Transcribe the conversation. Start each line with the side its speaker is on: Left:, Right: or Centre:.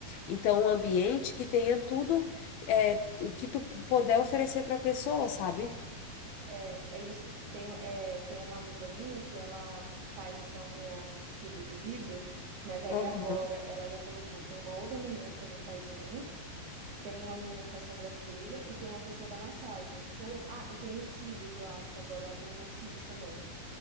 Left: Então, um ambiente que tenha tudo é, o que tu puder oferecer para a pessoa, sabe?
Right: É, é isso. Tem, é, tem uma amiga minha que ela faz essa unha de fibra de vidro, mas aí
Left: Aham,
Right: agora ela já colocou. Tem uma outra menina que também faz unha, tem uma menina que faz sobrancelha e tem uma pessoa da massagem. Todo... Ah, e tem os cílios, eu acho que agora ela colocou os cílios também.